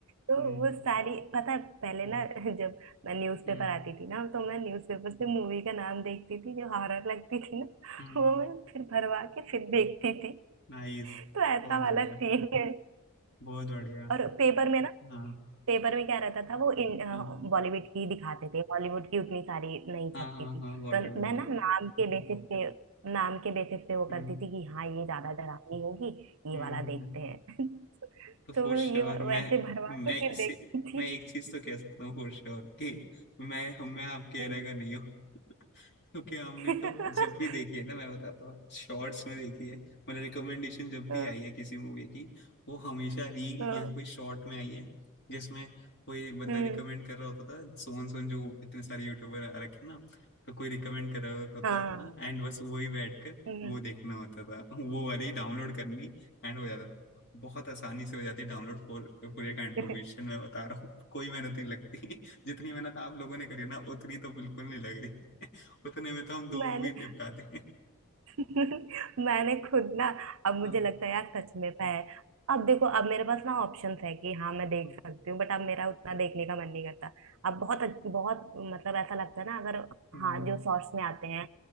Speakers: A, on the right; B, on the left.
A: तो
B: हम्म
A: वो सारी पता है पहले ना जब मैं न्यूज़पेपर
B: हम्म
A: आती थी ना तो मैं न्यूज़पेपर से मूवी का नाम देखती थी जो हॉरर लगती थी ना
B: हम्म
A: <laughs> वो मैं फिर भरवा के फिर देखती थी
B: नाइस
A: तो ऐसा
B: बहुत बढ़िया
A: वाला सीन है
B: बहुत बढ़िया
A: और पेपर में ना
B: हाँ
A: पेपर में क्या रहता था वो इन
B: हाँ
A: बॉलीवुड की दिखाते थे हॉलीवुड की उतनी सारी नहीं
B: हाँ
A: छपती
B: हाँ
A: थी
B: हाँ got
A: तो
B: it got
A: मैं ना
B: it
A: नाम के बेसिस पे नाम के बेसिस पे वो
B: Hmm
A: करती थी कि हाँ ये ज्यादा डरावनी होगी
B: hmm
A: ये वाला देखते
B: hmm.
A: हैं <laughs> तो
B: For
A: मैं
B: sure
A: ये व-
B: मैं
A: वैसे भरवा
B: मैं
A: के फिर
B: इसे
A: देखती थी
B: मैं एक चीज तो कह सकता हूँ फॉर श्योर कि मैं हम मैं आपके
A: हम्म।
B: एरा का नहीं हूँ क्योंकि हमने
A: <laughs>
B: तो जब भी देखी है ना मैं बताता हूँ शॉर्ट्स में देखी है मतलब रिकमेंडेशन जब भी
A: हाँ,
B: आई है किसी मूवी की वो हमेशा रील
A: हाँ,
B: या कोई शॉर्ट में आई है जिसमें कोई बंदा
A: हम्म
B: रिकमेंड कर रहा होता था सोन सोन जो इतने सारे यूट्यूबर आ रखे हैं ना तो कोई रिकमेंड कर रहा होता
A: हाँ
B: था एंड बस वही बैठ कर
A: हम्म।
B: वो देखना होता था वो वाली डाउनलोड करनी एंड हो जाता था बहुत आसानी से हो जाती है डाउनलोड फुल पूरे का इन्फॉर्मेशन
A: <laughs>
B: मैं बता रहा हूँ कोई मेहनत नहीं लगती <laughs> जितनी मेहनत आप लोगों ने करी ना उतनी तो बिल्कुल नहीं लग रही <laughs> उतने में तो हम दो
A: मैंने
B: मूवी निपटा दें <laughs>
A: <laughs> मैंने खुद ना अब मुझे
B: हाँ
A: लगता है यार सच में पैर अब देखो अब मेरे पास ना ऑप्शंस है कि हाँ मैं देख
B: हम्म
A: सकती हूँ बट अब मेरा उतना देखने का मन नहीं करता अब बहुत बहुत मतलब ऐसा लगता है ना अगर
B: हम्म
A: हाँ जो शॉर्ट्स में आते हैं